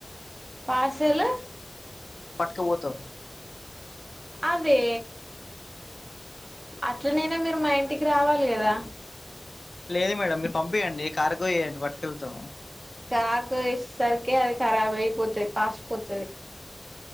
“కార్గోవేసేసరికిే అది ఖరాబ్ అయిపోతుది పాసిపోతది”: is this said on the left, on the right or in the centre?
Right